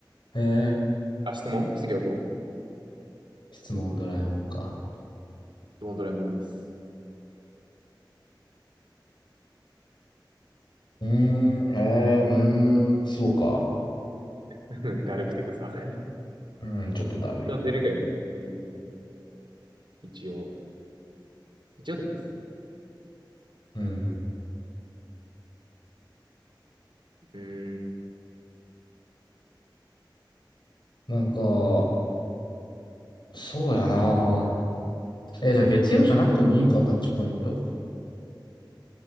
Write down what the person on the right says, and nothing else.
あ質問質疑と
質問ドラえもんです。
<laughs> だるくて草。<laughs>
出るけどね。うん。一応。一応出ます。
うん。